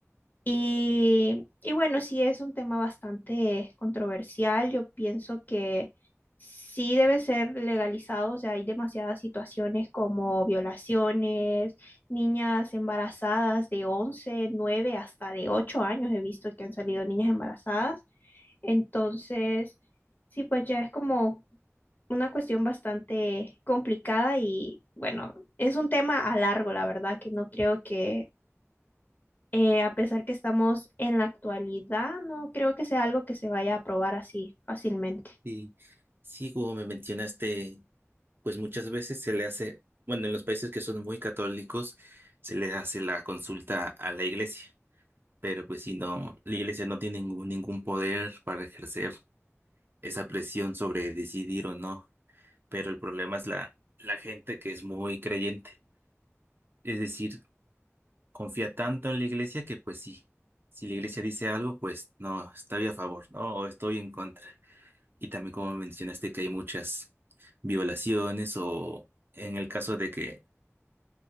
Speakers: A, on the left; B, on the right.
A: y, y bueno, sí es un tema bastante controversial. Yo pienso que sí debe ser legalizado. O sea, hay demasiadas situaciones como violaciones, niñas embarazadas de once nueve hasta de 8 años. He visto que han salido niñas embarazadas. Entonces, sí, pues ya es como una cuestión bastante complicada y bueno, es un tema a largo, la verdad, que no creo que eh, a pesar que estamos en la actualidad, no creo que sea algo que se vaya a aprobar así fácilmente.
B: Y sí, como me mencionaste, pues muchas veces se le hace, bueno, en los países que son muy católicos, se le hace la consulta a la iglesia. Pero pues si no, la iglesia no tiene ningún, ningún poder para ejercer esa presión sobre decidir o no, pero el problema es la, la gente que es muy creyente, es decir, confía tanto en la iglesia que pues sí, si la iglesia dice algo, pues no, estoy a favor, no, o estoy en contra. Y también como mencionaste que hay muchas violaciones o en el caso de que